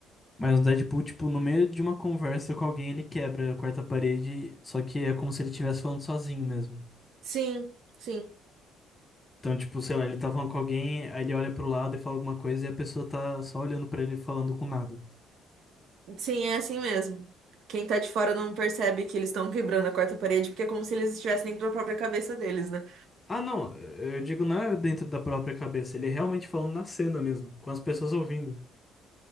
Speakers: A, on the left (about 25°); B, on the right (about 70°).
A: Mas o Deadpool, tipo, no meio de uma conversa com alguém, ele quebra a quarta parede, só que é como se ele estivesse falando sozinho mesmo.
B: Sim, sim.
A: Então, tipo, sei lá, ele tá falando com alguém, aí ele olha pro lado e fala alguma coisa e a pessoa tá só olhando pra ele falando com nada.
B: Sim, é assim mesmo. Quem tá de fora não percebe que eles estão quebrando a quarta parede, porque é como se eles estivessem dentro da própria cabeça deles, né?
A: Ah, não, eu digo não é dentro da própria cabeça, ele é realmente falando na cena mesmo, com as pessoas ouvindo.